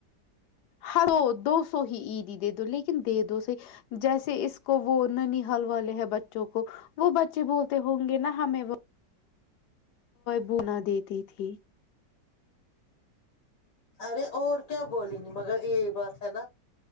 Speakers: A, on the left; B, on the left.
A: ہڑو دو سو ہی عیدی دے دو لیکن دے دو صی جیسے اس کو وہ نہ نہیں حل والے ہیں بچوں کو <unintelligible> وہ بچے بولتے ہوں گے نہ ہمیں وہ <unintelligible> بونا دیتی تھی
B: ارے اور کیا بولیں گے مگر یہی بات ہے نا